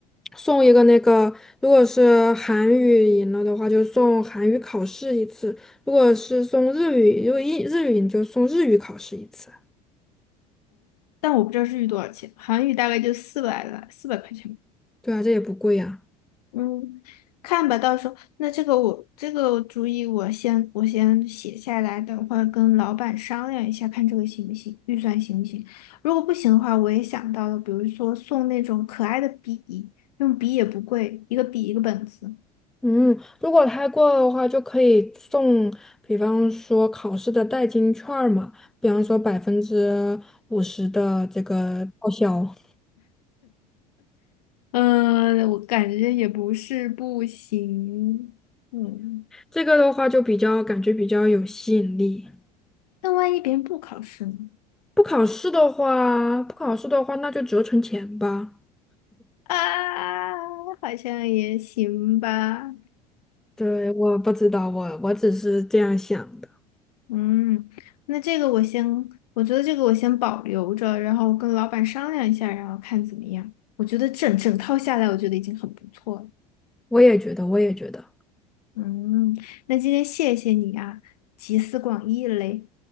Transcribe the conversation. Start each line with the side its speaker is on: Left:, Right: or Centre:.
Centre: 送一个那个，如果是韩语赢了的话，就送韩语考试一次；如果是送日语，如果英日语赢就送日语考试一次。
Left: 但我不知道日语多少钱，韩语大概就四百来，四百块钱吧。
Centre: 对啊，这也不贵呀、
Left: 嗯，看吧，到时候那这个我这个主意我先我先写下来，等会儿跟老板商量一下，看这个行不行，预算行不行。如果不行的话，我也想到了，比如说送那种可爱的笔，用笔也不贵，一个笔一个本子。
Centre: 嗯，如果太过的话，就可以送，比方说考试的代金券儿嘛，比方说百分之五十的这个报销，
Left: 嗯，我感觉也不是不行。嗯，
Centre: 这个的话就比较感觉比较有吸引力。
Left: 那万一别人不考试呢？
Centre: 不考试的话，不考试的话，那就折成钱吧。
Left: 啊，好像也行吧。
Centre: 对，我不知道，我我只是这样想的，
Left: 嗯，那这个我先，我觉得这个我先保留着，然后跟老板商量一下，然后看怎么样。我觉得整整套下来，我觉得已经很不错了。
Centre: 我也觉得，我也觉得。
Left: 嗯，那今天谢谢你啊，集思广益嘞。